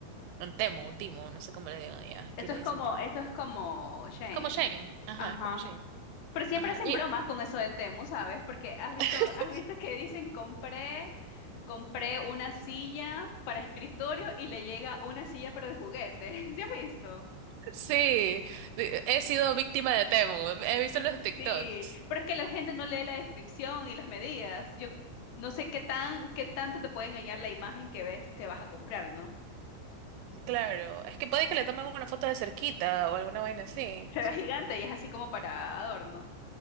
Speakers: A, on the right (about 80°); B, on the left (about 85°).
A: en Temu, Timu, no sé cómo le digan allá, aquí
B: Esto
A: le
B: es
A: dicen
B: como,
A: Timu.
B: esto es como Shane.
A: Es como Shane, ajá,
B: Ajá.
A: es como Shane,
B: Pero siempre
A: ajá.
B: hacen
A: Y...
B: bromas con eso de Temu, ¿sabes? Porque has visto,
A: <laughs>
B: has visto que dicen compré, compré una silla para escritorio y le llega una silla pero de juguete. <laughs> ¿Sí has visto?
A: Sí, he sido víctima de Temu, he visto
B: Eh,
A: los TikToks.
B: Sí, pero es que la gente no lee la descripción ni las medidas. Yo no sé qué tan, qué tanto te puede engañar la imagen que ves que vas a comprar, ¿no?
A: Claro, es que puede que le tomen una foto de cerquita o alguna vaina así.
B: <laughs> Se ve gigante y es así como para adorno.